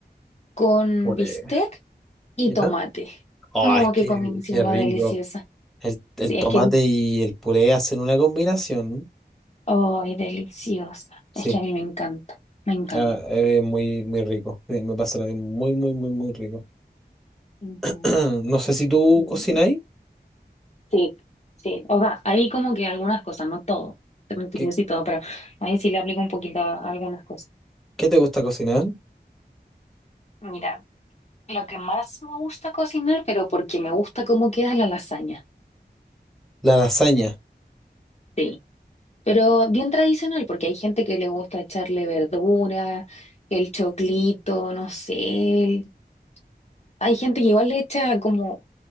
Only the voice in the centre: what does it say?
puré,
¿ya?
Oh,
es que,
qué rico.
El, el
tomate
y el puré hacen una combinación.
Sí,
ah, es muy, muy rico. Sí, Me pasa lo mismo, muy, muy, muy, muy rico.
<clears throat> No sé si tú
cocináis.
¿Qué,
qué te gusta cocinar?
La lasaña.